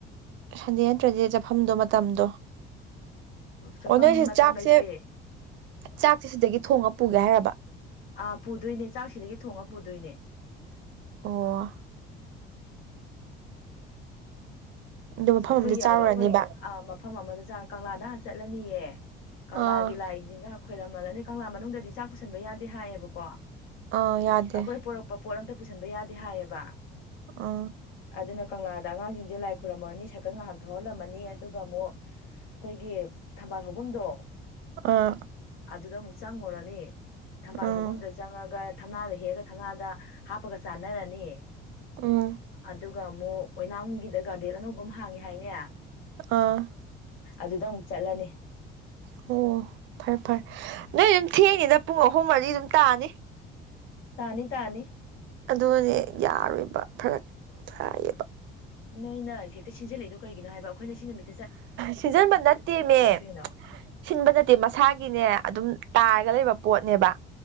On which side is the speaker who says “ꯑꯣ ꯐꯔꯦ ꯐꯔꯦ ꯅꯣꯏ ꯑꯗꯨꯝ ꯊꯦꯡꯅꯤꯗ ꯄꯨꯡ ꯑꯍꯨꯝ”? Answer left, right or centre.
Right